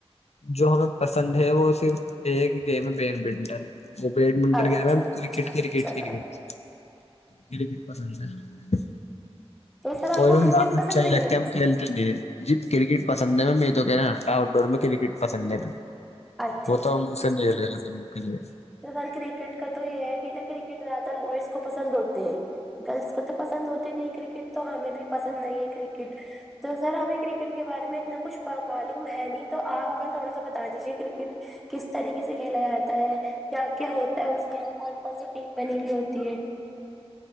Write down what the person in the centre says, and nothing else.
اچھا
اچھا
اچھا
سر
تو سر
آپ کو
کرکٹ
پسند
نہیں
ہے
اچھا
ار کرکٹ کا تو یہ ہے کہ نا کرکٹ زیادہ تر بوائز کو پسند ہوتے ہیں گرلس کو تو پسند ہوتے نہیں کرکٹ تو ہمیں بھی پسند نہیں ہے کرکٹ تو سر ہمیں کرکٹ کے بارے میں اتنا کچھ معلوم ہے نہیں تو آپ ہمیں تھوڑا سا بتا دیجیے کرکٹ کس طریقے سے کھیلا جاتا ہے کیا کیا ہوتا ہے اس میں کون کون سی ٹیم بنی ہوئی ہوتی ہے